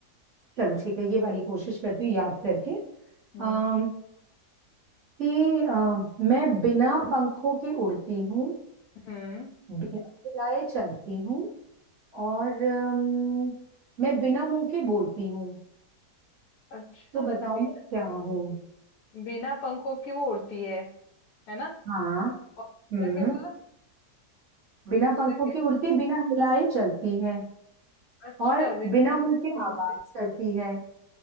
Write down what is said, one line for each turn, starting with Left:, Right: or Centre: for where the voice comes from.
Right: चलो ठीक है ये वाली कोशिश करती हूँ याद करके
Left: हम्म
Right: अम कि अ, मैं बिना पंखों के उड़ती हूँ
Left: हम्म
Right: बिना हिलाए चलती हूँ और अम, मैं बिना मुंह के बोलती हूँ
Left: अच्छा
Right: तो बताओ
Left: बिना
Right: मैं क्या हूँ
Left: बिना पंखों की वो उड़ती है है ना
Right: हाँ
Left: और दूसरा
Right: हम्म
Left: क्या बोला
Right: बिना
Left: दूसरा
Right: पंखों
Left: क्या
Right: के उड़ती बिना हिलाए चलती है
Left: अच्छा
Right: और
Left: बिना
Right: बिना
Left: हिले
Right: मुंह
Left: चलती
Right: के आवाज करती है